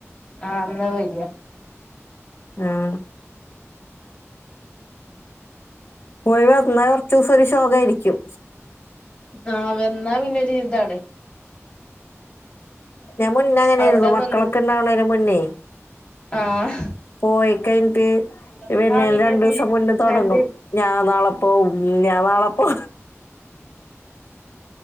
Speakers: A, on the left (about 15°); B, on the left (about 45°).
A: ആഹ് അന്ന വരി
B: ആഹ് പോയി വന്നാ കൊറച്ചുസം ഒരു ശോക ആയിരിക്കും
A: ആഹ് വന്നാ പിന്നെ ഒരു ഇതാണ്
B: ഞാൻ മുന്നേ അങ്ങനൊയിരുന്നു
A: അവിടെ
B: മക്കളൊക്കെ
A: നിന്ന്
B: ഇണ്ടാവണേന് മുന്നേ
A: ആഹ്
B: പോയി കഴിഞ്ഞിട്ട് വരുന്നേൽ
A: എന്നാ പിന്നൊരു
B: രണ്ടു ദിവസം മുന്നേ തുടങ്ങും
A: രണ്ട്
B: ഞാൻ നാളെ പോവും ഞാൻ നാളെപ്പോ